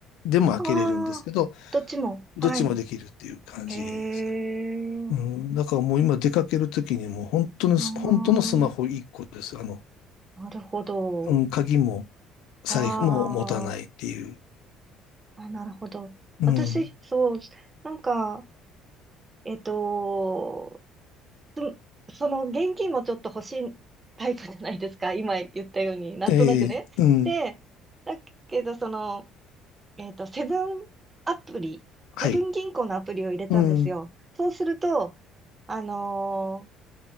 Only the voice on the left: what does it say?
でも開けれるんですけど、
どっちもできるっていう感じですね。
うん、だからもう今出かけるときにもう本当の、
本当のスマホ1個です。あの、
うん、鍵も財布も持たないっていう。
うん。
ええうん。
はい。
うん。